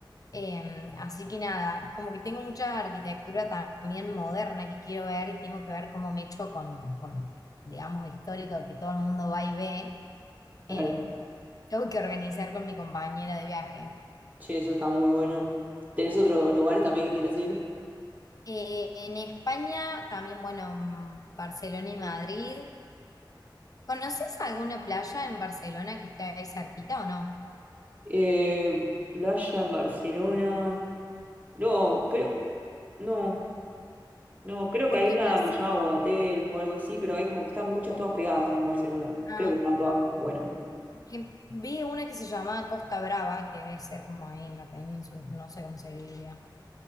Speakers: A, on the left; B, on the right.
A: Eh, así que nada, como que tengo mucha arquitectura ta- también moderna que quiero ver y tengo que ver cómo me echo con, con lo, digamos, histórico que todo el mundo va y ve.
B: Claro,
A: Eh, tengo que organizar con mi compañera de viaje.
B: che, eso está muy bueno. ¿Tenés otros lugares también que quieras ir?
A: Eh, en España, también, bueno, mm, Barcelona y Madrid. ¿Conoces alguna playa en Barcelona que esté ahí cerquita o no?
B: Eh, playa en Barcelona. No, creo. No. No, creo
A: Porque
B: que hay una
A: me hace-
B: que se llama Bogatel o algo así, pero hay como que están muchas todas pegadas en Barcelona.
A: ah,
B: Creo que están todas buenas.
A: porque vi una que se llama Costa Brava, que debe ser como ahí en la península, no sé cómo se diría.